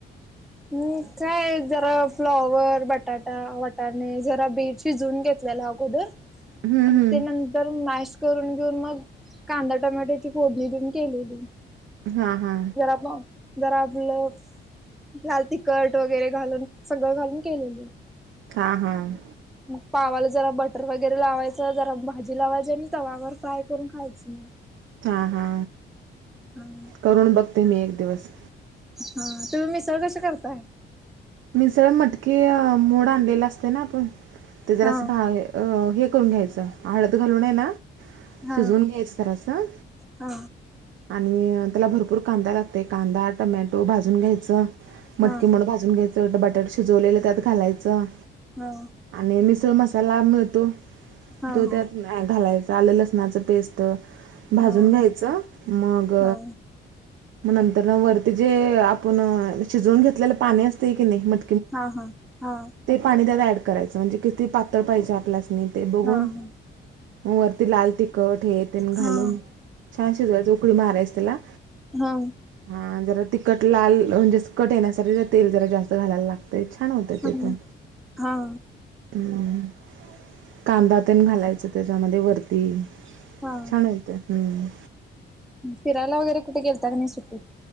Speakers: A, in the centre; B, on the right.
A: हम् काय जरा फ्लॉवर बटाटा वटाणे जरा बीट. शिजून घेतलेलं अगोदर.
B: हम्म हम्म
A: ते नंतर मॅश करून घेऊन मग कांदा टमॅट्याची फोडणी देऊन केलेली.
B: हा हा.
A: जरा आपण जरा आपलं. लाल तिखट वगैरे घालून सगळं घालून केलेली.
B: हां हां.
A: मग पावाला जरा बटर वगैरे लावायचं जरा भाजी लावायची आणि तवावर फ्राय करून खायचं मी.
B: हा हा.
A: हम्.
B: करून बघते मी एक दिवस.
A: हा तुम्ही मिसळ कशी करताय.
B: मिसळ मटकीे मोड आणलेलं असतंय ना आपण ते जरासं
A: हा
B: भा हे करून घ्यायचं हळद घालून आहे ना.
A: हा
B: शिजवून घ्यायचं जरासं.
A: हा
B: आणि त्याला भरपूर कांदा लागतंय कांदा टमॅटो भाजून घ्यायचं मटकी
A: हा
B: मोड भाज जुन घ्यायचं बटाट शिजवलेलं त्यात घालायचं.
A: हा
B: आणि मिसळ मसाला मिळतो
A: हा
B: तो
A: हो
B: त्यात घालायचा आलं लसणाचं पेस्ट भाजून
A: हो
B: घ्यायचं मग.
A: हो
B: मग नंतरन वरती जे आपण शिजवून घेतलेलं पाणी असतंय की नाही मट
A: हा हा हा.
B: ते पाणी त्यात ऍड करायचं म्हणजे किती पातळ पाहिजे आपल्यासनी. ते बघून
A: हा ह
B: मग वरती लाल तिखट हे तेन घालून.
A: हा
B: छान शिजवायचं उकळी मारायचं त्याला.
A: हा
B: हा जरा तिखट लाल म्हणजे अस कट येण्यासाठी तेल जरा जास्त घालायला लागत. ते छान होतंय
A: ह
B: ते पण.
A: हा
B: हम्म कांदा तेन घालायचं त्याच्यामध्ये वरती.
A: हा
B: छान होतंय हम्म.
A: फिरायला वगैरे कुठे गेलता की नाही सुट्टीत.